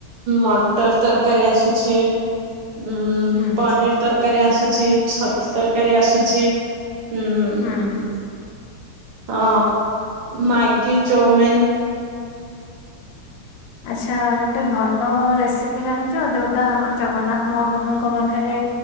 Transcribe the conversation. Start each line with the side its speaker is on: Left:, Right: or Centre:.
Right: ମଟର ତରକାରୀ ଆସୁଛି ଉଁ
Left: ହୁଁ
Right: ପନିର ତରକାରୀ ଆସୁଛି, ଛ ତରକାରୀ ଆସୁଛି ହୁଁ।
Left: ହୁଁ।
Right: ଅ ମ୍ୟାଗି, ଚଉମିନ୍
Left: ଆଚ୍ଛା ଗୋଟେ ଭଲ ରେସିପି ଜାଣିଛ? ଯୋଉଟା ଆମର ଜଗନ୍ନାଥ ମହାପ୍ରଭୁଙ୍କ ପାଖରେ